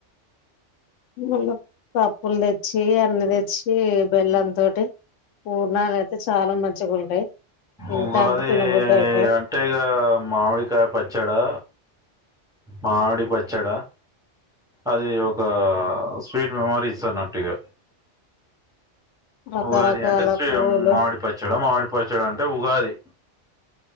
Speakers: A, on the left; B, in the centre.
A: మల్ల పప్పులు తెచ్చి అన్ని తెచ్చి బెల్లం తోటి పూర్ణాలు అయితే చాలా మంచిగా ఉంటాయి తింటా
B: ఉగాది
A: అంటే తినబుద్ధి అయితాయి
B: అంటేగా మామిడికాయ పచ్చాడా మామిడి పచ్చడా అది ఒక స్వీట్ మెమరీస్ అన్నట్టుగా
A: రకరకాల
B: ఉగాది అంటే శ్రీ
A: పూలు
B: మామిడి పచ్చడి మామిడి పచ్చడి అంటే ఉగాది